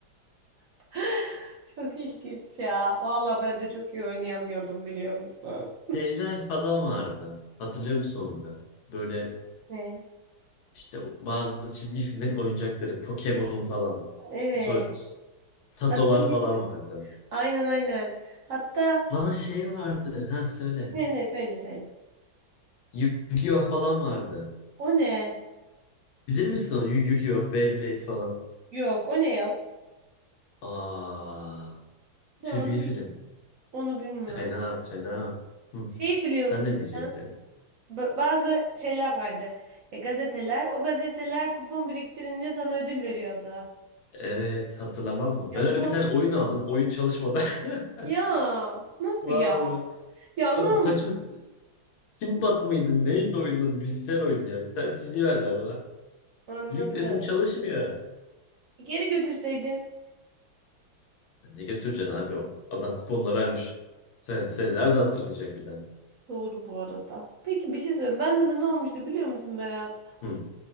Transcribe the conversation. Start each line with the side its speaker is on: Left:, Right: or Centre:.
Right: <laughs> Çok ilginç ya. Valla ben de çok iyi oynayamıyordum biliyor musun?
Left: Şeyler falan vardı. Hatırlıyor musun onları? Böyle
Right: Ne?
Left: işte o- bazı çizgi filmlerin oyuncakları. Pokemon'un falan.
Right: Evet.
Left: İşte so tasolar
Right: Hatırlıyorum.
Left: falan vardı.
Right: Aynen aynen. Hatta
Left: Lan şey vardı. Ha söyle.
Right: ne ne söyle söyle.
Left: Yu-Gi-Oh falan vardı.
Right: O ne?
Left: Bilir misin onu? Yu- Yu-Gi-Oh, Beyblade falan.
Right: Yok o ne ya?
Left: Aa, çizgi
Right: Ben onu
Left: film.
Right: bil onu bilmiyorum.
Left: Fena, fena. Hı.
Right: Şeyi biliyor
Left: Sen
Right: musun
Left: ne diyecektin?
Right: sen? Ba- bazı şeyler vardı. E, gazeteler. O gazeteler kupon biriktirince sana ödül veriyordu.
Left: Evet hatırlamam mı?
Right: Ya
Left: Ben öyle
Right: ben...
Left: bir tane oyun aldım. Oyun çalışmadan. <laughs>
Right: Ya nasıl
Left: Vallahi.
Right: ya? Ya
Left: Abi
Right: ne olmuş?
Left: saçma Simbat mıydı? Neydi oyunun adı? Bilgisayar oyunu ya. Bir tane CD verdiler bana.
Right: Anladım.
Left: Yükledim çalışmıyor.
Right: E, Geri götürseydin.
Left: Ne götüreceksin abi o? Adam kuponla vermiş. Sen, seni nereden hatırlayacak bir de?
Right: Doğru bu arada. Peki bir şey söyleyeyim. Bende de ne olmuştu biliyor musun Berat?
Left: Hı.